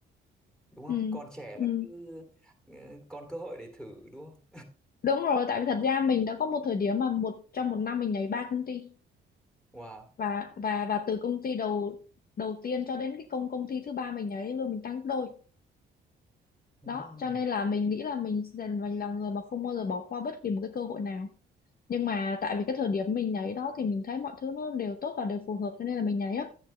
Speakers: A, in the centre; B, on the left.
A: đúng
B: ừ.
A: không còn trẻ
B: Ừ.
A: là cứ ờ, còn cơ hội để thử đúng không
B: Đúng rồi, tại vì thật ra mình đã có một thời điểm mà một trong một năm mình nhảy ba công ty
A: <laughs> wow
B: và và và từ công ty đầu đầu tiên cho đến cái công công ty thứ ba mình nhảy lương mình tăng gấp đôi
A: Ừm,
B: đó cho nên là mình nghĩ là mình dần mình là người mà không bao giờ bỏ qua bất kỳ một cái cơ hội nào nhưng mà tại vì cái thời điểm mình nhảy đó thì mình thấy mọi thứ nó đều tốt và đều phù hợp cho nên là mình nhảy á